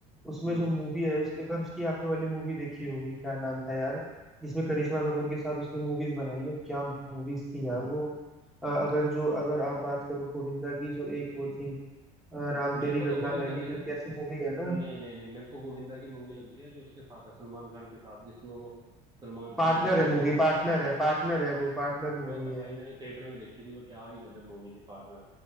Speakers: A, in the centre; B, on the right.
A: उसमें
B: हम्म
A: जो मूवी है उसके अगर उसकी आपने वाली मूवी देखी होगी क्या नाम था यार जिसमें करिश्मा कपूर के साथ उसने मूवीज बनाई है क्या मूवीज थी यार वो अ, अगर जो अगर आप बात करो गोविंदा की जो एक वो थी अ, राम
B: मेरे
A: तेरी
B: को
A: गंगा
B: तो गोविंदा
A: मैली
B: के
A: करके ऐसी मूवी है ना
B: नहीं नहीं नहीं मेरे को गोविंदा की मूवी लगती है जो उसके साथ है सलमान खान के साथ जिसमें वो सलमान
A: पार्टनर
B: खान प्रेम
A: है
B: होता
A: मूवी
B: है
A: पार्टनर है पार्टनर है वो पार्टनर
B: वो
A: मूवी
B: तो
A: है
B: भाई मैंने थिएटर में देखी थी वो क्या ही गजब मूवी थी पार्टनर